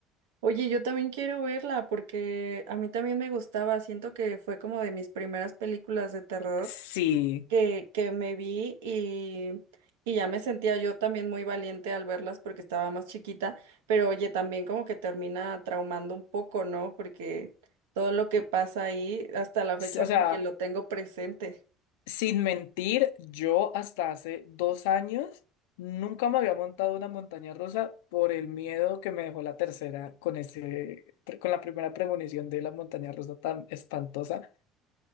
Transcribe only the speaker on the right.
Oye, yo también quiero verla porque a mí también me gustaba, siento que fue como de mis primeras películas de terror
que, que me vi y, y ya me sentía yo también muy valiente al verlas porque estaba más chiquita, pero oye, también como que termina traumando un poco, ¿no? Porque todo lo que pasa ahí, hasta la fecha
como que lo tengo presente.